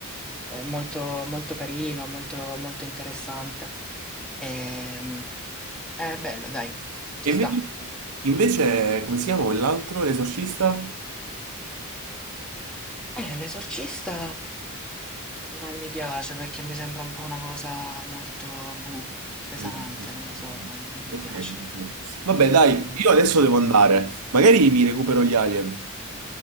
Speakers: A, in the centre; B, on the right (about 85°).
A: è molto, molto carino, molto, molto interessante. Ehm, è bello, dai, ci
B: E invece,
A: sta.
B: invece, come si chiama quell'altro? L'esorcista?
A: Eh, l'esorcista non mi piace perché mi sembra un po' una cosa molto buh, pesante,
B: Mm.
A: non lo so, non, non
B: Ok.
A: mi piace.
B: ok. Vabbè, dai,
A: Mm, mm.
B: io adesso devo andare. Magari mi recupero gli alien.